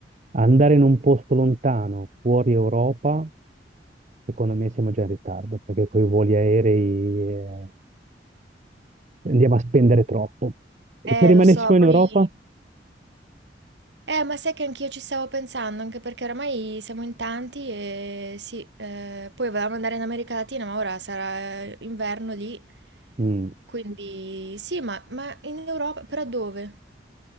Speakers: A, on the right (about 40°); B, on the right (about 85°).
A: andare in un posto lontano, fuori Europa, secondo me siamo già in ritardo, perché con i voli aerei eh, andiamo a spendere troppo. E
B: Eh,
A: se rimanessimo
B: lo so,
A: in
B: poi...
A: Europa?
B: Eh, ma sai che anch'io ci stavo pensando, anche perché oramai siamo in tanti e sì, eh, poi volevamo andare in America Latina, ma ora sarà eh, inverno lì,
A: Mm.
B: quindi sì, ma, ma in Europa, però dove?